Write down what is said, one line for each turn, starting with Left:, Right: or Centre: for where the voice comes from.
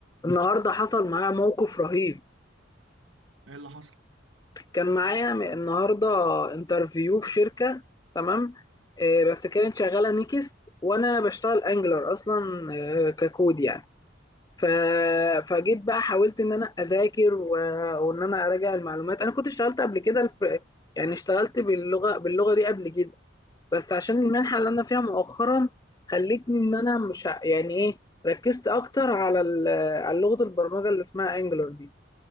Left: النهارده حصل معايا موقف رهيب
Right: ايه اللي حصل
Left: كان معايا م- النهارده انترفيو في شركه تمام آه، بس كانت شغاله نيكست وانا بشتغل انجلر اصلا آه، ككود يعني ف... فجيت بقى حاولت ان انا اذاكر و... وان انا اراجع المعلومات انا كنت اشتغلت قبل كده الف... يعني اشتغلت باللغه باللغه دي قبل كده بس عشان المنحه اللي انا فيها مؤخرا خلتني ان انا مش ع- يعني ايه ركزت اكتر على ال... على لغه البرمجه اللي اسمها انجلر دي